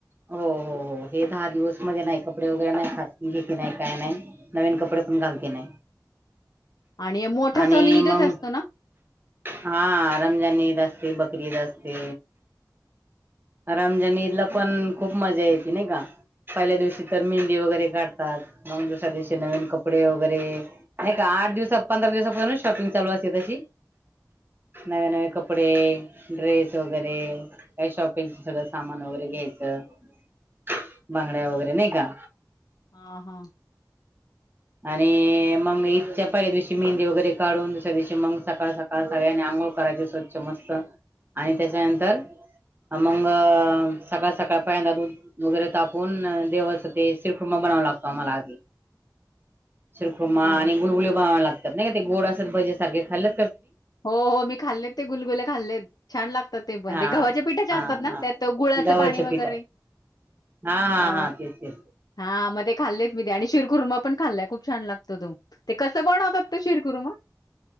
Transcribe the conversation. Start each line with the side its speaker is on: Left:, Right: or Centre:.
Right: हो हो हो हे दहा दिवस मध्ये नाही कपडे वगैरे नाही खात घेत नाही काय नाही नवीन कपडे पण घालती नाही.
Left: आणि मोठा
Right: आणि
Left: सण ईदच
Right: मग
Left: असतो ना?
Right: हा रमजनी ईद अ बकरी ईदअसते. रमजान ईदला पण खूप मजा येते नाही का पहिल्या दिवशी तर मेहंदी वगैरे काढतात. मग दुसऱ्या दिवशी नवीन कपडे वगैरे नाही का आठ दिवस पंधरा दिवसापासून शॉपिंग चालू असते तशी नवे नवे कपडे ड्रेस वगैरे काही शॉपंग पिहले सामान वगैरे घ्यायचं बांगड्या वगैरे नाही का
Left: हा हा
Right: आणि मग ईदच्या पहिल्या दिवशी मेहंदी वगैरे काढून दुसऱ्या दिवशी मग सकाळ सकाळ सकाळने आंघोळ करायचे, स्वच्छ मस्त आणि त्याच्यानंतर मग सकाळ सकाळ पहिल्यांदा दूध वगैरे तापून देवाचं ते शीर कुंभा बनावं लागतो आम्हाला आधी शीर कुंभा
Left: हा
Right: आणि गुलगुली बनवावे लागतात. नाही का ते गोड असत भजे सारखे खालेत
Left: हो हो मी खाल्लेत ते गुलगुले खाल्लेत छान लागतात. ते पण
Right: हा
Left: गव्हाच्या पिठाच्या
Right: हा
Left: असतात ना
Right: हा
Left: त्यात गुळाच
Right: गव्हाच्या
Left: पाणी वगैरे
Right: पिठात हा हा
Left: अ
Right: हा तेच तेच
Left: हा मग ते खालेत मी ते आणि शिरकुभा पण खाल्लाय खूप छान लागतो तो ते कसं बनवतात ते शीरखुर्मा